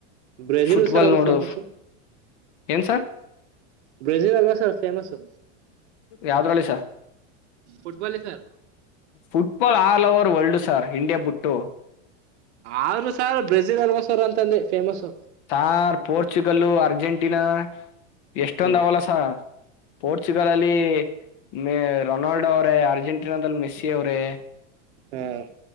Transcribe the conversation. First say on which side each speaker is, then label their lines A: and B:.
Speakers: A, on the right (about 65°); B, on the left (about 45°).
A: ಬ್ರೆಜಿಲ್
B: ಫುಟ್ಬಾಲ್
A: ಸರ್ ಅದು
B: ನೋಡು
A: ಫೇಮಸ್ಸು.
B: ಏನ್ ಸರ್
A: ಬ್ರೆಜಿಲ್ ಅಲ್ವಾ ಸರ್ ಫೇಮಸ್ಸು.
B: ಯಾವ್ದ್ ಅಲ್ಲಿ ಸರ್
A: ಪುಟ್ಬಾಲಿ sir
B: football all over world sir India ಬುಟ್ಟು.
A: ಆದ್ರೂ ಸರ್ ಬ್ರೆಜಿಲ್ ಅಲ್ವಾ ಸರ್ ಅಂತಂದೆ ಫೇಮಸ್ಸು.
B: ಸರ್ ಪೋರ್ಚುಗಲ್ಲು ಅರ್ಜೆಂಟೀನಾ ಎಷ್ಟೊಂದ್
A: ಹಾ
B: ಅವೆಲ್ಲಾ ಸರ್ ಪೋರ್ಚುಗಲ್ ಅಲ್ಲಿ ಮೆ ರೊನಾಲ್ಡೋ ಅವ್ರೇ ಅರ್ಜೆಂಟೀನಾದಲ್ಲಿ ಮೆಸ್ಸಿ ಅವ್ರೇ.
A: ಹ್ಮ್